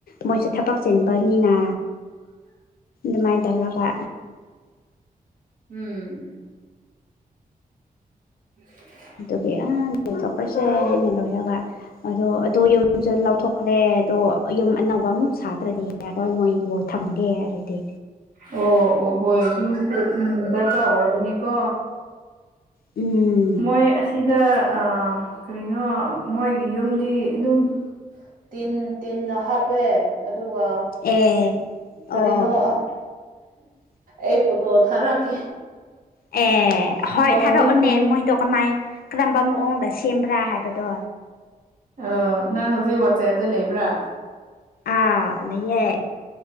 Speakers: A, on the left; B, on the right.
A: ꯃꯣꯏꯁꯨ ꯊꯕꯛ ꯆꯤꯟꯕꯅꯤꯅ ꯅꯨꯡꯥꯏ ꯇꯧꯔꯒ
B: ꯎꯝ ꯎꯝ
A: ꯑꯗꯨꯒꯤ ꯑ ꯂꯣꯏꯊꯣꯛꯈ꯭ꯔꯁꯦ ꯑꯅ ꯂꯣꯏꯔꯒ ꯑꯗꫭ ꯑꯗꫭ ꯌꯨꯝ ꯌꯁꯨ ꯂꯧꯊꯣꯛꯈ꯭ꯔꯦ ꯑꯗꯣ ꯌꯨꯝ ꯑꯅꯧꯕ ꯑꯃꯨꯛ ꯁꯥꯗ꯭ꯔꯗꯤ ꯌꯥꯔꯣꯏ ꯃꯣꯏꯗꯣ ꯊꯝꯒꯦ ꯍꯥꯏꯔꯗꯤ
B: ꯑꯣ ꯑꯣ ꯍꯣꯏ ꯌꯨꯝꯁꯦ ꯎꯝ ꯗꯔꯀꯥꯔ ꯑꯣꯏꯕꯅꯤꯀꯣ
A: ꯎꯝ
B: ꯃꯣꯏ ꯑꯁꯤꯗ ꯑ ꯀꯔꯤꯅꯣ ꯃꯣꯏꯒꯤ ꯌꯨꯝꯗꯤ ꯑꯗꯨꯝ ꯇꯤꯟ ꯇꯤꯟꯅ ꯍꯥꯞꯄꯦ ꯑꯗꯨꯒ
A: ꯑꯦ
B: ꯀꯔꯤꯅꯣ
A: ꯑꯣ
B: ꯑꯥ ꯑꯩ ꯄꫭꯠꯇꯣ ꯊꯔꯛꯀꯦ
A: ꯑꯦ ꯍꯣꯏ
B: ꯊꫭꯛꯅꯤꯡꯕꯅꯦ
A: ꯊꯥꯔꯛꯑꯣꯅꯦ ꯃꯣꯏꯗꯣ ꯀꯃꯥꯏ ꯀꯔꯝꯕ ꯃꯑꯣꯡꯗ ꯁꯦꯝꯕ꯭ꯔꯥ ꯍꯥꯏꯕꯗꯣ
B: ꯑꫭ ꯅꯪ ꯍꯧꯖꯤꯛ ꯋꯥꯆꯦꯞꯇ ꯂꯩꯕ꯭ꯔꯥ
A: ꯑꯥꯎ ꯂꯩꯌꯦ